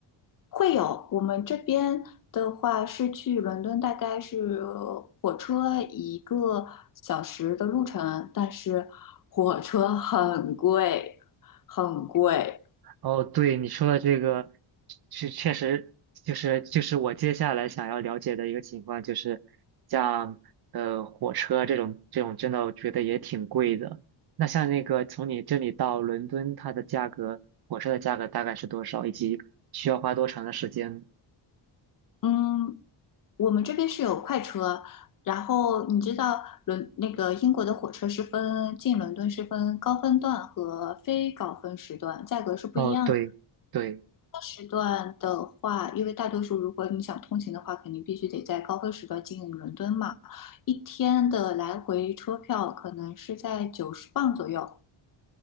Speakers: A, on the left; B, on the right.
A: 会有，我们这边的话是去伦敦，大概是火车一个小时的路程，但是火车很贵，很贵。
B: 哦，对，你说的这个，是确实就是就是我接下来想要了解的一个情况，就是像呃火车这种这种，真的我觉得也挺贵的。那像那个从你这里到伦敦，它的价格，火车的价格大概是多少，以及需要花多长的时间？
A: 嗯，我们这边是有快车，然后你知道伦那个英国的火车是分进伦敦是分高峰段和非高峰时段，价格是不一样。
B: 哦，对对，
A: 的。时段的话，因为大多数如果你想通勤的话，肯定必须得在高峰时段进伦敦嘛。一天的来回车票可能是在九十磅左右。